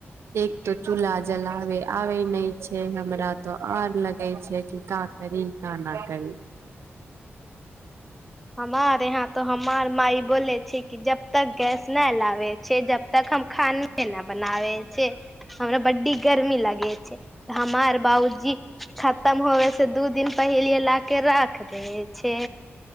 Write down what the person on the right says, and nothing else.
एक तो चूल्हा जलाबे आबै नहि छै हमरा तऽ आर लगै छै कि का करि का ना करि